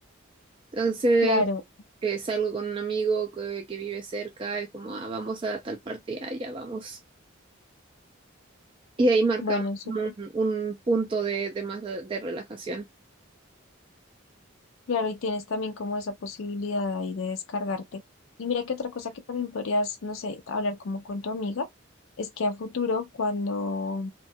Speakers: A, on the right (about 25°); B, on the left (about 75°).
A: Entonces,
B: Claro,
A: eh, salgo con un amigo que, que vive cerca y como, ah, vamos a tal parte, ah, ya vamos. Y ahí marcamos
B: bueno, eso,
A: como un, un punto de, de más de, de relajación.
B: claro, y tienes también como esa posibilidad ahí de descargarte. Y mira que otra cosa que también podrías, no sé, hablar como con tu amiga, es que a futuro, cuando